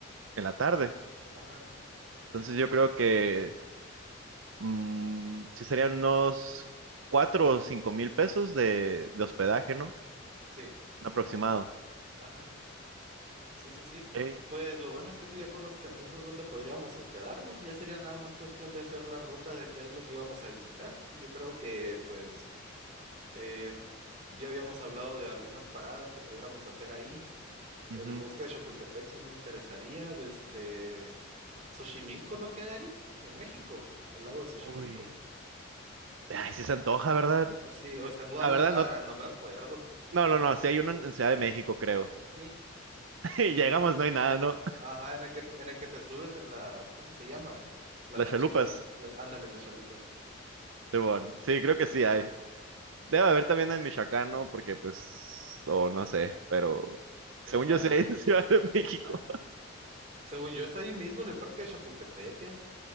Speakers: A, on the right; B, on the right.
A: en la tarde.
B: Ajá,
A: Entonces, yo creo que mm, sí serían unos cuatro o cinco mil pesos de, de hospedaje, ¿no?
B: sí,
A: Un aproximado.
B: ajá, sí, sí, sí.
A: Ok.
B: Pues lo bueno es que tú ya conoces entonces dónde podríamos hospedarnos, ya sería nada más cuestión de hacer la ruta de qué es lo que íbamos a visitar. Y Yo creo que pues eh, ya habíamos hablado de algunas paradas que pudiéramos hacer ahí.
A: Ujú.
B: El bosque de Chapultepec sí me interesaría, desde Xochimilco no queda ahí, en México, el lago de Xochimilco.
A: Uy. Ay, sí se antoja, ¿verdad?
B: Sí, o está en Guadalajara,
A: La verdad, no.
B: no me acuerdo.
A: No, no, no, sí hay uno en en Ciudad de México, creo.
B: Sí,
A: <laughs> Y
B: eh,
A: llegamos,
B: eh,
A: no hay nada, ¿no?
B: ajá, en el que, te- en el que te subes en las, ¿cómo se llaman? Las
A: Las
B: lanchitas,
A: chalupas,
B: la- ándale, las chalupas.
A: Simón. Sí, creo
B: Te subes
A: que sí
B: en
A: hay.
B: esas,
A: Debe haber también en Michoacán, ¿no? Porque, pues, o no sé, pero
B: pues quién
A: según
B: sabe.
A: yo sí hay en <laughs> Ciudad de México.
B: Ajá. Según yo, está ahí mismo en el parque de Chapultepec. ¿eh?